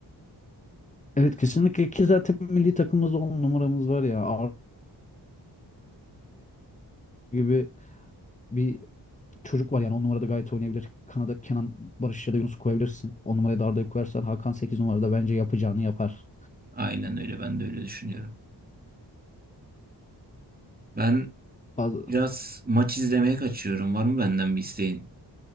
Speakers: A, on the left; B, on the right.
A: Evet kesinlikle ki zaten milli takımımızda 10 numaramız var ya. Arda gibi bir çocuk var yani 10 numarada gayet oynayabilir. Kanada Kenan Barış ya da Yunus koyabilirsin. On numaraya da Arda'yı koyarsan Hakan 8 numarada bence yapacağını yapar.
B: Aynen öyle ben de öyle düşünüyorum. Ben
A: Bazı
B: biraz maç izlemeye kaçıyorum. Var mı benden bir isteğin?